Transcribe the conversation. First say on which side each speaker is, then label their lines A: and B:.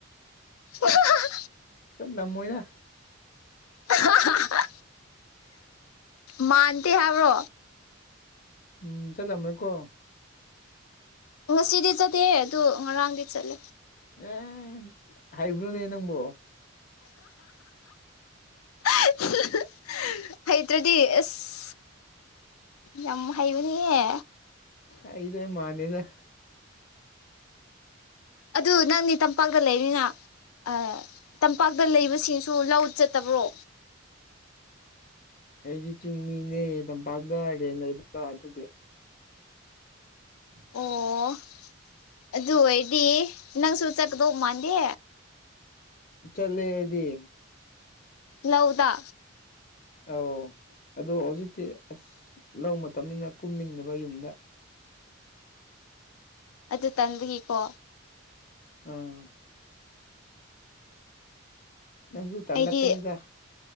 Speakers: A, on the left (about 80°); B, on the left (about 40°).
A: ꯑꯍꯥꯍꯥ
B: ꯆꯠꯂꯝꯃꯣꯏꯗ
A: ꯑꯍꯥꯍꯥ ꯃꯥꯥꯟꯇꯦ ꯍꯥꯏꯕ꯭ꯔꯣ
B: ꯎꯝ ꯆꯠꯂꯝꯔꯣꯢꯀꯣ
A: ꯉꯁꯤꯗꯤ ꯆꯠꯇꯤꯌꯦ ꯑꯗꯣ ꯉꯔꯥꯡꯗꯤ ꯆꯠꯂꯦ
B: ꯑꯦ ꯍꯥꯏꯕ꯭ꯔꯨꯅꯦ ꯅꯪꯕꯣ
A: ꯍꯤꯍꯤ ꯍꯩꯇ꯭ꯔꯗꯤ ꯑꯁ ꯌꯥꯝ ꯍꯩꯕꯅꯤꯍꯦ
B: ꯑꯩꯗꯣ ꯃꯥꯟꯗꯦꯗ
A: ꯑꯗꯨ ꯅꯪꯗꯤ ꯇꯝꯄꯥꯛꯇ ꯂꯩꯔꯤꯅ ꯑꯥ ꯇꯝꯄꯥꯛꯇ ꯂꯩꯕꯁꯤꯡꯁꯨ ꯂꯧ ꯆꯠꯇꯕ꯭ꯔꯣ
B: ꯑꯩꯗꯤ ꯆꯤꯡꯃꯤꯅꯦ ꯇꯝꯄꯥꯛꯇ ꯔꯦꯟ ꯂꯩꯕ ꯑꯗꯨꯒꯤ <inaudible>
A: ꯑꯣ ꯑꯗꯨ ꯑꯣꯏꯗꯤ ꯅꯪꯁꯨ ꯆꯠꯀꯗꯧ ꯃꯥꯟꯗꯦ
B: ꯆꯠꯂꯦ ꯑꯩꯗꯤ
A: ꯂꯧꯗ
B: ꯑꯧ ꯑꯗꯣ ꯍꯧꯖꯤꯛꯇꯤ ꯑꯁ ꯂꯧ ꯃꯇꯝꯅꯤꯅ ꯀꯨꯝꯅꯤꯡꯗꯕ ꯌꯨꯝꯗ
A: ꯑꯗꯨ ꯇꯟꯕꯒꯤꯀꯣ
B: ꯎꯝ ꯅꯪꯁꯨ ꯇꯜꯂꯛꯀꯅꯤꯗ
A: ꯑꯩꯗꯤ